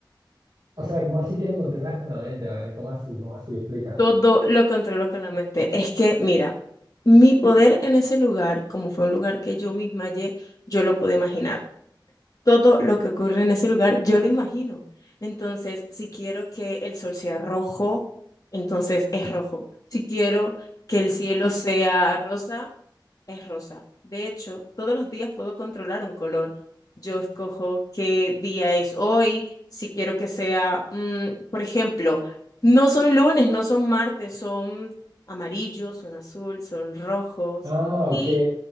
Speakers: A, on the right; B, on the left.
A: o sea, ¿cómo así que lo controlas con la mente, ¿vale? ¿Cómo así? ¿Cómo así? Explícame.
B: Todo lo controlo con la mente. Es que, mira, mi poder en ese lugar, como fue un lugar que yo misma hallé, yo lo pude imaginar. todo lo que ocurre en ese lugar, yo lo imagino. Entonces, si quiero que el sol sea rojo, entonces es rojo. Si quiero que el cielo sea rosa, es rosa. De hecho, todos los días puedo controlar un color. Yo escojo qué día es hoy, si quiero que sea, mm, por ejemplo, no son lunes, no son martes, son amarillos, son azul, son rojos.
A: Ah, ok.
B: Y